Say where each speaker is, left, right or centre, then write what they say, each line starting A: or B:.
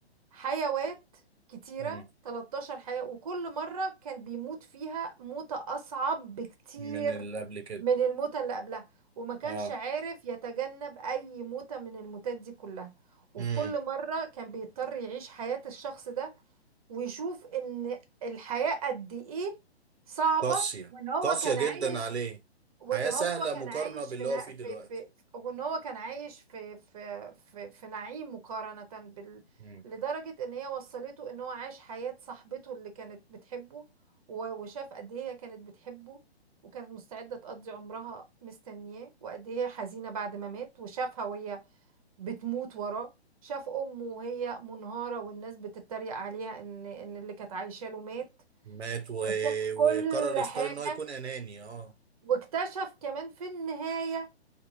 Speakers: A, on the right (about 35°); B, on the right (about 75°).
A: حيوات كتيرة
B: مم.
A: 13 حياة وكل مرة كان بيموت فيها موتة أصعب بكتير
B: من اللي قبل كده
A: من الموتة اللي قبلها وما كانش
B: اه
A: عارف يتجنب أي موتة من الموتات دي كلها وفي
B: مم.
A: كل مرة كان بيضطر يعيش حياة الشخص ده ويشوف إن الحياة قد إيه صعبة
B: قاسية
A: وإن هو
B: قاسية
A: كان
B: جدا
A: عايش
B: عليه
A: وان
B: حياة
A: هو
B: سهلة مقارنة
A: كان عايش
B: باللي
A: في نا...
B: هو فيه
A: في
B: دلوقتي
A: في وان هو كان عايش في في في, في نعيم مقارنة بال
B: مم.
A: لدرجة ان هي وصلته ان هو عاش حياة صاحبته اللي كانت بتحبه و- وشاف قد ايه هي كانت بتحبه وكانت مستعدة تقضي عمرها مستنياه وقد ايه هي حزينة بعد ما مات وشافها وهي بتموت وراه شاف امه وهي منهارة والناس بتتريق عليها ان ان اللي كانت عايشة له مات
B: مات و...
A: فشاف كل
B: وقرر يختار
A: حاجة
B: ان هو يكون اناني اه
A: واكتشف كمان في النهاية